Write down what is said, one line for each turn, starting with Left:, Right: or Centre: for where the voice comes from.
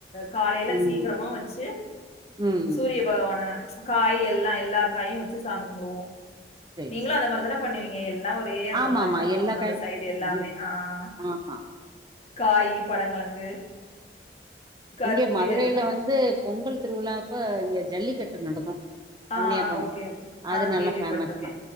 Left: காலையில
Right: ம்.
Left: சீக்கிரமா வச்சு ச்சு
Right: ம்.
Left: சூரிய பகவான காய் எல்லாம் எல்லா காயும்வச்சு சாமிகும்புடுவோம்
Right: சரி
Left: நீங்களும்
Right: சரி.
Left: அந்த மாதிரி தானே பண்ணுவீங்க எல்லாம் ஒரே அந்த
Right: ஆமாமா
Left: மாதிரிதான் பண்ணுவாங்க
Right: எல்லா
Left: அந்த
Right: காய்
Left: சைடு எல்லாமே
Right: ம்
Left: ஆஹ்
Right: ஆமா.
Left: காய் படங்கிழங்கு கரும்பு
Right: இங்க மதுரையில
Left: எல்லா
Right: வந்து பொங்கல் திருவிழாங்ப்ப இங்க ஜல்லிக்கட்டு நடக்கு
Left: ஆ
Right: அவனியாப்புறம்
Left: ஆ ஓகே ஓகே ஆ
Right: அது நல்லா
Left: கேள்விப்பட்ருக்கே
Right: பேஃமஸ் தா